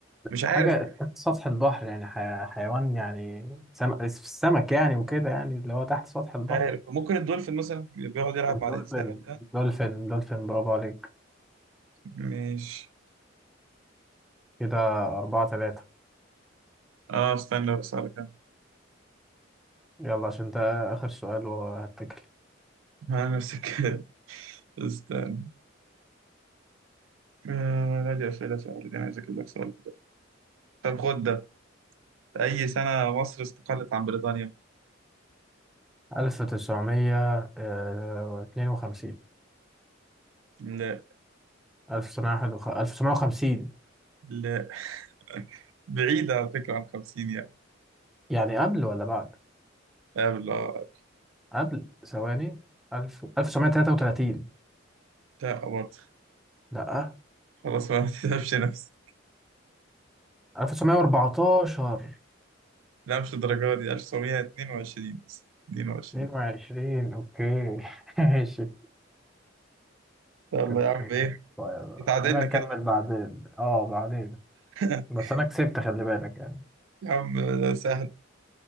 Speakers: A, on the right (about 75°); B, in the centre.
A: مش عارف
B: حاجة
A: مش
B: تحت سطح البحر يعني حي... حيوان يعني سم... السمك يعني وكده يعني اللي هو تحت سطح البحر
A: عارف ممكن الدولفين مثلا بيقعد يلعب
B: الدولفين
A: مع الإنسان وبتاع
B: دولفين دولفين برافو عليك
A: ماشي
B: كده أربعة تلاتة
A: اه استنى بس على كده
B: يلا عشان ده آخر سؤال وهتكل
A: <laughs> آه، نفس الكلام استنى آه لا دي أسئلة سهلة دي أنا عايز أجيب لك سؤال طب خد ده أي سنة مصر استقلت عن بريطانيا؟
B: ألف تسعمية آه، اتنين وخمسين
A: لا
B: ألف تسعمية ألف تسعمية وخمسين
A: لا <laughs> بعيدة على فكرة عن 50 يعني
B: يعني قبل ولا بعد؟
A: لا بالله
B: قبل ثواني ألف ألف تسعمية تلاتة وتلاتين
A: لا برضه
B: لأ
A: خلاص بقى ما تتعبش نفسك
B: 1914
A: لا مش الدرجة دي 1922 بس 22
B: 22 اوكي <laughs> ماشي
A: يلا
B: اوكي
A: يا عم إيه
B: طيب
A: اتعادلنا
B: خلينا نكمل
A: كده
B: بعدين اه بعدين
A: <laughs>
B: بس انا كسبت خلي بالك يعني
A: يا عم ده سهل